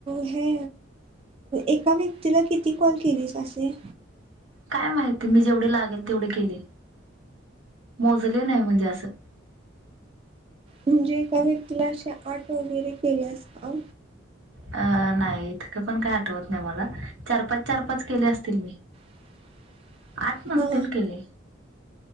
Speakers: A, on the right; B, on the right.
A: हे एका व्यक्तीला किती कॉल केलीस असे?
B: काय माहिती मी जेवढे लागेल तेवढे केले. मोजले नाही म्हणजे असं.
A: म्हणजे एका व्यक्तीला असे आट वगैरे केले अस का?
B: अ नाहीथ का पण काय आठवत नाही, मला चार पाच चार पाच केले असतील मी.
A: <unintelligible>
B: आठ नसतील
A: हा
B: केले.